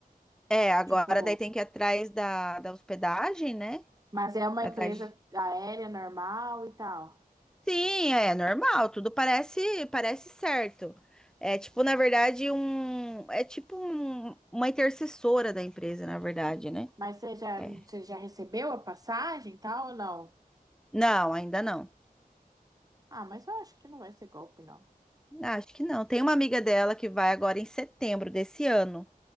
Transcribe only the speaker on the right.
tipo.
Mas é uma
empresa
aérea normal e tal.
Mas você já,
você já recebeu a passagem e tal ou não?
Ah, mas eu acho que não vai ser golpe, não.